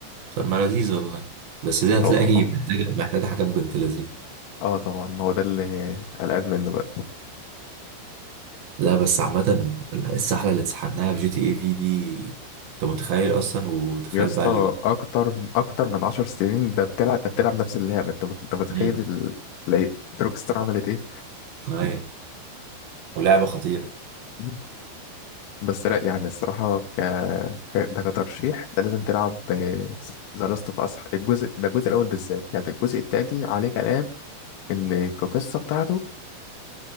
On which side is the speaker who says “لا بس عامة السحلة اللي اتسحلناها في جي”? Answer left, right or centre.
Right